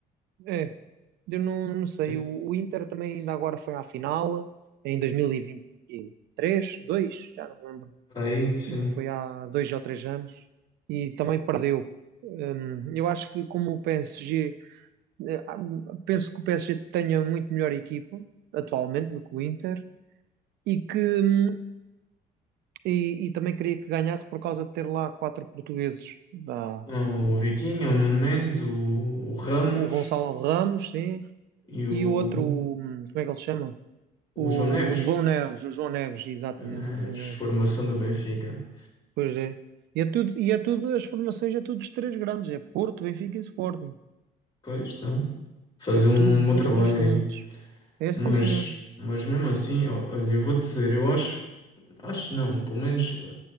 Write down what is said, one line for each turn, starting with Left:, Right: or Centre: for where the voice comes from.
Right: É, eu não, não sei.
Left: Tem-
Right: O, o Inter também ainda agora foi à final em 2023, 2 já não me lembro.
Left: Aí, sim.
Right: foi há dois ou três anos, e também perdeu. Hum, eu acho que como o PSG, eh, ah, penso que o PSG tenha muito melhor equipa atualmente do que o Inter e que hum, e, e também queria que ganhasse por causa de ter lá quatro portugueses, da,
Left: Não, o Vitinho, o Nuno Mendes, o, o Ramos
Right: o Gonçalo Ramos, sim,
Left: e o,
Right: e o outro, hum, como é que ele se chama?
Left: o
Right: O,
Left: João Neves.
Right: o João Neves, o João Neves, exatamente,
Left: João Neves,
Right: o João Neves.
Left: formação do Benfica.
Right: Pois é. E é tudo, e é tudo, as formações é tudo dos três grandes, é Porto, Benfica e Sporting.
Left: Pois estão. Fazer
Right: É tudo
Left: um bom
Right: dos
Left: trabalho
Right: três grandes.
Left: aí.
Right: É sim,
Left: Mas,
Right: senhor.
Left: mas mesmo assim, ó, olha, eu vou te dizer, eu acho, acho não, pelo menos eh,